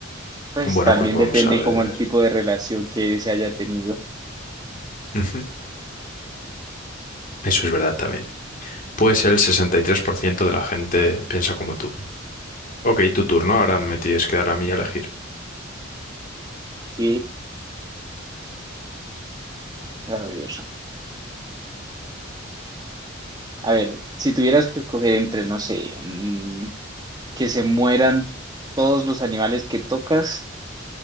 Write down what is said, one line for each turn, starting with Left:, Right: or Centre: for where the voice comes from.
Right: Pues
Left: Bueno,
Right: también
Left: pues vamos
Right: depende
Left: a ver.
Right: como el tipo de relación que se haya tenido.
Left: Ujú, Eso es verdad también. Pues el 63% de la gente piensa como tú. Ok, tu turno. Ahora me tienes que dar a mí a elegir.
Right: Ok, a ver. A ver, si tuvieras que escoger entre, no sé, mm, que se mueran todos los animales que tocas